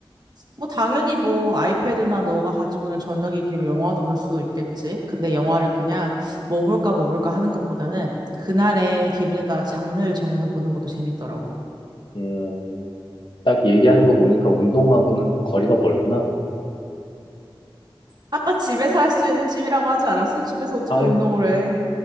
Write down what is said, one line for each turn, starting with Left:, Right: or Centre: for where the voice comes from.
Right: 뭐, 당연히 뭐, 아이패드나 너가 가지고 있는 전자기기로 영화도 볼 수도 있겠지. 근데 영화를 그냥 뭐 볼까, 뭐 볼까 하는 것보다는, 그날의 기분에 따라 장르를 정해서 보는 것도 재밌더라고.
Left: 음, 딱 얘기하는 거 보니까 운동하고는 거리가 멀구나.
Right: 아까 집에서 할 수 있는 취미라고 하지 않았어? 집에서 어떻게
Left: 아,
Right: 운동을 해?